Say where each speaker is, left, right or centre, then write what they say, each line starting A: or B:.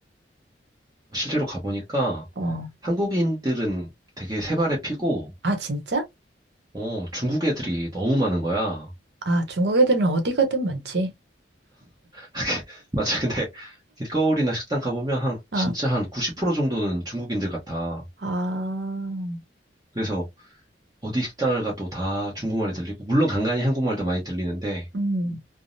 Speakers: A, on the right (about 20°); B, on the right (about 65°).
A: 실제로 가보니까
B: 어.
A: 한국인들은 되게 세 발에 피고
B: 아, 진짜?
A: 어, 중국 애들이 너무 많은 거야.
B: 아, 중국 애들은 어디 가든 많지.
A: <laughs> 맞아. 근데 길거리나 식당 가보면 한
B: 아,
A: 진짜 한 90% 정도는 중국인들 같아.
B: 아,
A: 그래서 어디 식당을 가도 다 중국말이 들리고 물론 간간히 한국말도 많이 들리는데
B: 음,